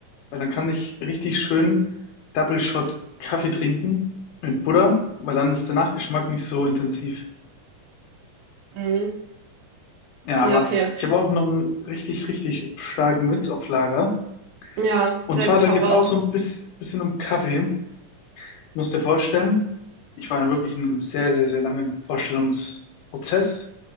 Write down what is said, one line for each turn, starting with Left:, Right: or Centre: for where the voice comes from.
Left: Weil dann kann ich richtig schön Double Shot Kaffee trinken mit Butter, weil dann ist der Nachgeschmack nicht so intensiv.
Right: Mhm.
Left: Ja,
Right: Ja,
Left: aber
Right: okay.
Left: ich habe auch noch einen richtig, richtig starken Witz auf Lager.
Right: Ja,
Left: Und
Right: sehr
Left: zwar,
Right: gut,
Left: da
Right: hau
Left: geht
Right: raus.
Left: es auch so ein bis- bisschen um Kaffee. Du musst dir vorstellen, ich war in wirklich einem sehr, sehr, sehr langen Vorstellungsprozess,